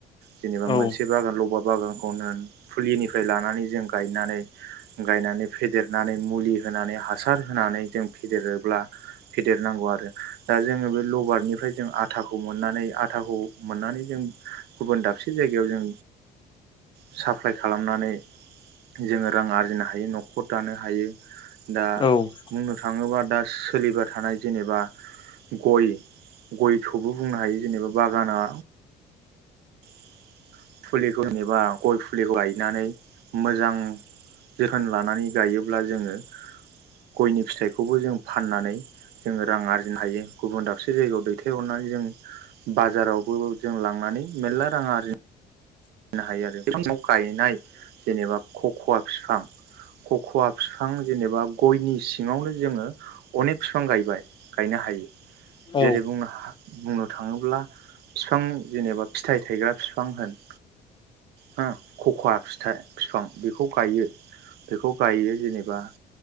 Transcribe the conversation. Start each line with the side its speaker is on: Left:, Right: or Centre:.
Right: जेनेबा
Left: औ
Right: मोनसे बागानलबा बागानखौनो फुलिनिफ्राय लानानै जों गायनानै गायनानै फेदेरनानै मुलि होनानै हासार होनानै जों फेदेरोब्ला फेदेरनांगौ आरो दा जोङो बे लबारनिफ्राय जों आथाखौ मोननानै आथाखौ मोननानै जों गुबुन दाबसे जायगायाव जों साप्लाय खालामनानै जोङो रां आर बुजिनो हायो न'खर दानो हायो। दा
Left: औ
Right: बुंनो थाङोबा दा सोलिबाय थानाय जेनेबा गय गयखौबो बुंनो हायो जेनेबा बागाना <inaudible> फुलिखौ नेबा गय फुलिखौ गायनानै मोजां जोथोन लानानै गायोब्ला जोङो गयनि फिथाइखौबो जों फाननानै जोङो रां आरजिनो हायो गुबुन दाबसे जायगायाव दैथायहरनानै जों बाजारावबो जों लांनानै मेर्ला रां आरजि ना हायो आरो बिफां साव। गायनाय जेनेबा खख'वा फिफां खख'वा बिफां जेनेबा गयनि सिङावनो जोङो अनेक बिफां गायबाय गायनो हायो।
Left: औ
Right: जेरै बुंनो हा बुंनो थाङोब्ला बिफां जेनेबा फिथाइ थायग्रा बिफां होन हो खख'वा फिथाइ। फिफां बिखौ गायो। बेखौ गायो जेनेब बा